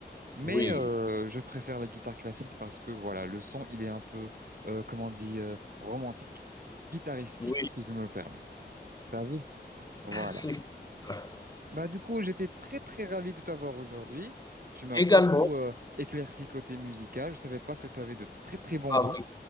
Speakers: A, on the right; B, on the left.
A: Mais
B: oui,
A: euh, je préfère la guitare classique parce que voilà, le son, il est un peu, euh, comment on dit, euh, romantique, guitaristique,
B: oui,
A: si je me le permets. T'as vu? Voilà.
B: c'est ça.
A: Bah, du coup, j'étais très, très ravi de t'avoir aujourd'hui. Tu m'as
B: Également
A: beaucoup euh, éclairci côté musical. Je savais pas que tu avais de très, très bons
B: avec
A: goûts.